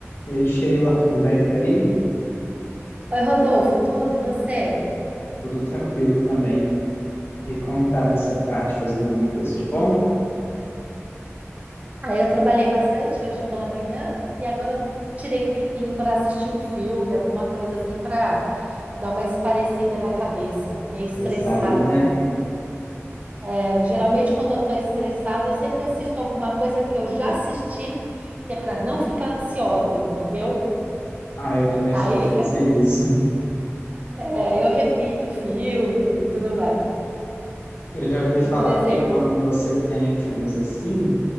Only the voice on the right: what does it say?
Oi, Rodolfo, tudo e você?
Aí eu trabalhei bastante hoje pela manhã e agora eu tirei um tempinho para assistir um filme, alguma coisa assim para dar uma esparecida na cabeça, meio estressada.
É, geralmente quando eu estou estressada, eu sempre assisto alguma coisa que eu já assisti, que é para não ficar ansiosa, entendeu?
Aí
<laughs> é, eu repito o filme e tudo mais.
Por,
por exemplo,